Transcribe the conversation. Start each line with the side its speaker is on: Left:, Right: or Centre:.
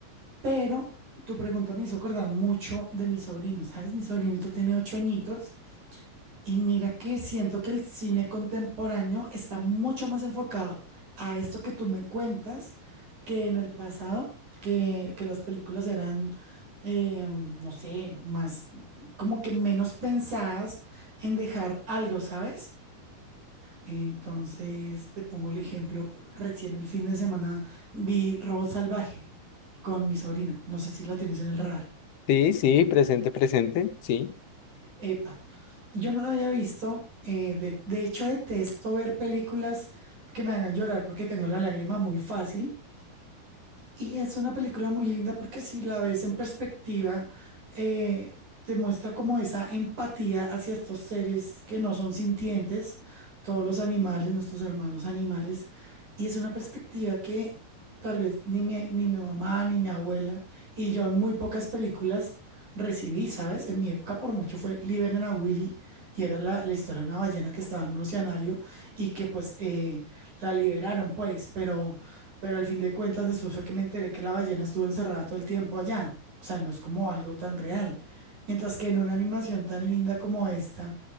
Right: pero tu pregunta me hizo acordar mucho de mi sobrino, ¿sabes? Mi sobrinito tiene ocho añitos Y mira que siento que el cine contemporáneo está mucho más enfocado a esto que tú me cuentas que en el pasado, que, que las películas eran, eh, no sé, más como que menos pensadas en dejar algo, ¿sabes? Entonces, te pongo el ejemplo, recién el fin de semana vi Road Salvaje con mi sobrino, no sé si la tienes en el radar.
Left: Sí, sí, presente, presente, sí.
Right: Epa, yo no la había visto. eh, de, de hecho, detesto ver películas que me hagan llorar porque tengo la lágrima muy fácil. Y es una película muy linda porque si la ves en perspectiva, eh, te muestra como esa empatía hacia estos seres que no son sintientes, todos los animales, nuestros hermanos animales. Y es una perspectiva que tal vez ni mi, ni mi mamá ni mi abuela y yo en muy pocas películas recibí, ¿sabes? En mi época por mucho fue Liberen a Willy y era la, la historia de una ballena que estaba en un oceanario y que pues eh, la liberaron pues, pero, pero al fin de cuentas después fue que me enteré que la ballena estuvo encerrada todo el tiempo allá. O sea, no es como algo tan real. Mientras que en una animación tan linda como esta,